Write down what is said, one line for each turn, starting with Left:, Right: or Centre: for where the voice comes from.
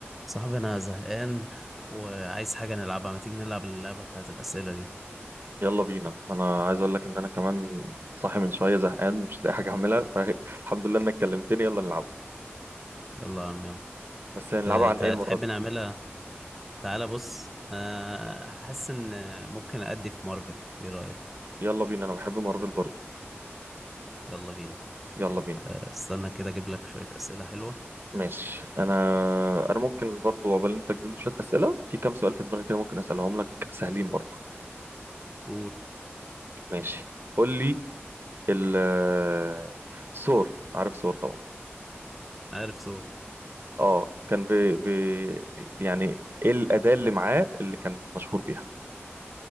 Centre: صاحبي انا زهقان وعايز حاجة نلعبها ما تيجي نلعب اللعبة بتاعت الأسئلة دي
Right: يلا بينا انا عايز اقول لك ان انا كمان صاحي من شويه زهقان مش لاقي حاجه اعملها <laughs> فالحمد لله انك كلمتني يلا نلعبها
Centre: يلا يا عم يلا
Right: بس هنلعبها
Centre: أه
Right: عن
Centre: تع-
Right: ايه المره
Centre: تحب
Right: دي
Centre: نعملها تعالى بص أه حاسس ان ممكن أدي في مارفل ايه رأيك
Right: يلا بينا انا بحب مارفل برضو
Centre: يلا بينا
Right: يلا بينا
Centre: أه استنى كده اجيب لك شوية أسئلة حلوة
Right: ماشي انا انا ممكن برضو عقبال انت تجيب لي شويه اسئله في كام سؤال في دماغي كده ممكن اسالهم لك سهلين برضو
Centre: قول
Right: ماشي قول لي ال <laughs> سور عارف سور طبعا
Centre: عارف ثور
Right: اه كان ب... ب... يعني ايه الاداه اللي معاه اللي كان مشهور بيها